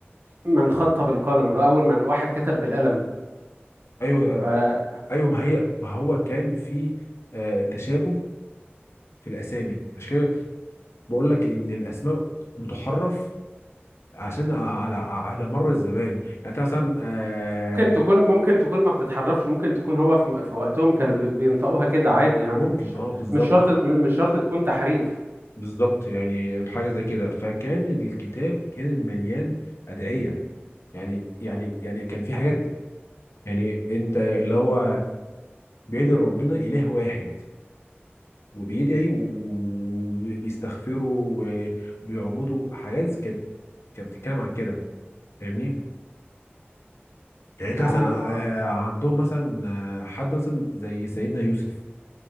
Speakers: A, on the right; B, on the left.
A: من خط بالقلم اللي هو اول من واحد كتب بالقلم
B: ايوه آه،
A: فممكن
B: ايوه ما هي ما هو كان في آه، تشابه في الاسامي فعشان كده بقول لك ان الاسماء بتحرف عشان على على مر الزمان يعني انت مثلا آه،
A: تكون ممكن تكون ما بتتحرفش ممكن تكون هو في, في وقتهم كانوا بي... بينطقوها كده عادي يعني
B: ممكن
A: مش
B: اه بالظبط
A: مش شرط م- مش شرط تكون تحريف
B: بالظبط يعني بحاجه زي كده فكان الكتاب كان مليان ادعيه يعني يعني يعني كان في حاجات يعني انت اللي هو بيدعي ربنا اله واحد وبيدعي وبيستغفره وبيعبده حاجات كانت كانت بتتكلم عن كده فاهمني يعني انت
A: آه...
B: مثلا آه، عندهم مثلا آه، حد مثلا زي سيدنا يوسف